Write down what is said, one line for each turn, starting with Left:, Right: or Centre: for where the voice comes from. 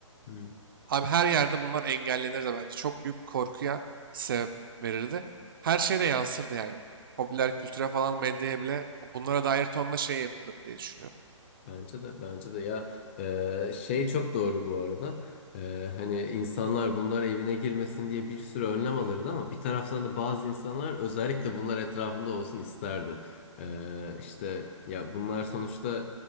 Left: Hı hı.
Right: Abi her yerde bunlar engellenir de bence. Çok büyük bir korkuya sebep verirdi. Her şeye de yansırdı yani. Popüler kültüre falan medyaya bile bunlara dair tonla şey yapılır diye düşünüyorum.
Left: Bence de bence de ya e, şey çok doğru bu arada E, hani insanlar bunlar evine girmesin diye bir sürü önlem alırdı ama bir taraftan da bazı insanlar özellikle bunlar etrafında olsun isterdi. E, işte ya bunlar sonuçta